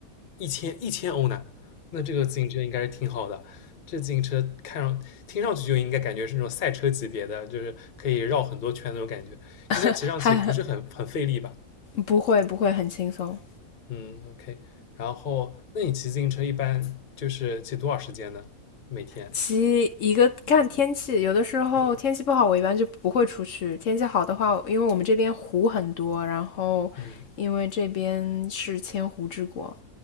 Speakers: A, on the left; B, on the left.
A: 一千一千欧呢，那这个自行车应该是挺好的。这自行车看上听上去就应该感觉是那种赛车级别的，就是可以绕很多圈那种感觉，应该骑上去也不是很很费力吧？
B: <laughs> 哈，不会不会很轻松。
A: 嗯，OK。然后，那你骑自行车一般就是骑多少时间呢？每天？
B: 骑一个看天气，有的时候天气不好，
A: 嗯
B: 我一般就不会出去。天气好的话，因为我们这边湖很多，然后因为这边是千湖之国，
A: 嗯